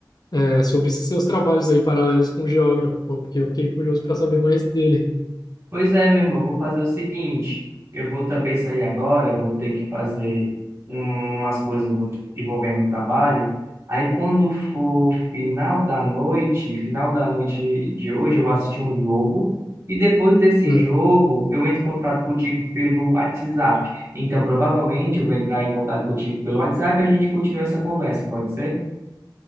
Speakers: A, on the left; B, on the right.
A: É sobre esses seus trabalhos aí paralelos com o geógrafo, pô, porque eu fiquei curioso para saber mais dele.
B: Pois é, meu irmão, eu vou fazer o seguinte, eu vou também sair agora, eu vou ter que fazer um, umas coisas do- envolvendo o trabalho. Aí quando for final da noite, final da noite de hoje, eu vou assistir um jogo e depois desse
A: Uhum.
B: jogo eu entro em contato contigo pelo WhatsApp. Então provavelmente eu vou entrar em contato contigo pelo WhatsApp e a gente continua essa conversa, pode ser?